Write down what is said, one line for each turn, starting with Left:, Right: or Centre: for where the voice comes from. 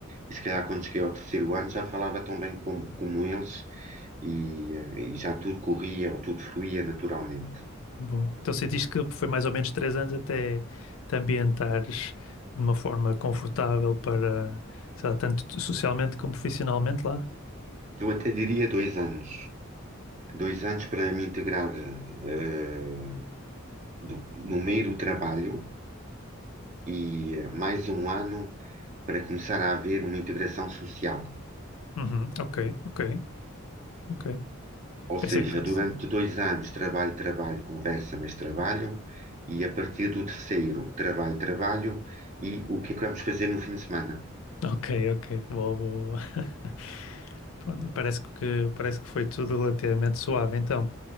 Right: E se calhar quando cheguei ao terceiro ano já falava tão bem com, como eles e, eh, e já tudo corria ou tudo fluía naturalmente.
Left: bom. Então sentiste que foi mais ou menos três anos até te ambientares de uma forma confortável para, sei lá, tanto socialmente como profissionalmente lá?
Right: Eu até diria dois anos. Dois anos para me integrar eh, do- no meio do trabalho e eh, mais um ano para começar a haver uma integração social.
Left: Uhum, ok, ok, ok.
Right: Ou
Left: Pensei
Right: seja,
Left: que fosse.
Right: durante dois anos trabalho, trabalho, conversa, mas trabalho, e a partir do terceiro trabalho, trabalho, e o que é que vamos fazer no fim de semana?
Left: Ok, ok. Boa, boa, boa. <laughs> Pronto, parece que, parece que foi tudo relativamente suave, então.